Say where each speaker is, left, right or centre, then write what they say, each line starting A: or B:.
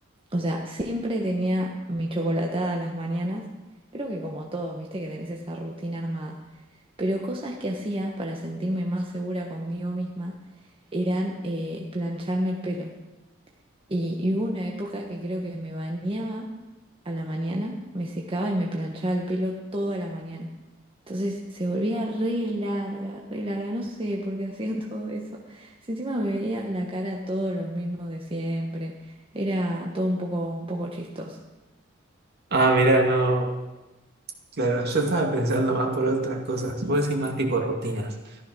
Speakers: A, on the right; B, on the right.
A: O sea, siempre tenía mi chocolatada a las mañanas. Creo que como todos, viste que tenés esa rutina armada. Pero cosas que hacía para sentirme más segura conmigo misma eran eh, plancharme el pelo. Y, y hubo una época que creo que me bañaba a la mañana, me secaba y me planchaba el pelo toda la mañana. Entonces se volvía re larga, re larga, no sé por qué hacía <laughs> todo eso. Si encima me veían la cara todos los mismos de siempre, era todo un poco, un poco chistoso.
B: Ah, mirá, no. Claro, yo estaba pensando más por otras cosas. Vos decís más tipo rutinas.